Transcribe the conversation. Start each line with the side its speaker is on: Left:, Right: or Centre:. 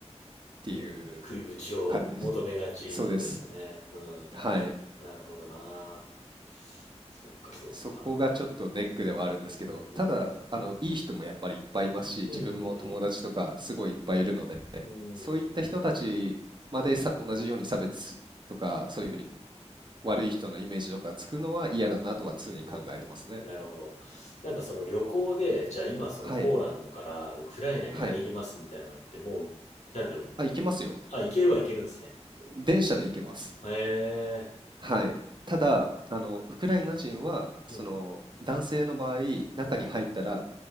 Right: ていう
Left: うん、食いぶちを求めがちってことですよね。
Right: 感じです。そうです。
Left: うん、
Right: はい。
Left: なるほどな。そっか、そっか。
Right: そこがちょっとネックではあるんですけど、
Left: うん
Right: ただ、あの、いい人もやっぱりいっぱいいますし、
Left: うんうん。
Right: 自分も友達とかすごいいっぱいいるので、
Left: うんうんうん。うんうん
Right: そういった人たちまでさ、
Left: うん。
Right: 同じように差別とか、そういうふうに悪い人のイメージとかつくのは嫌だなとは常に考えてますね。
Left: うんなるほど。なんかその旅行で、じゃあ今そのポーランドからウクライナに入りますみたいなのってもう、
Right: はい、はい。
Left: なんだろう。
Right: あ、行けますよ。
Left: あ、行けるは行けるんですね。
Right: 電車で行けます。
Left: へえ。
Right: はい。ただ、あの、ウクライナ人は、その、
Left: うん、
Right: 男性の場合、中に入ったら
Left: うん、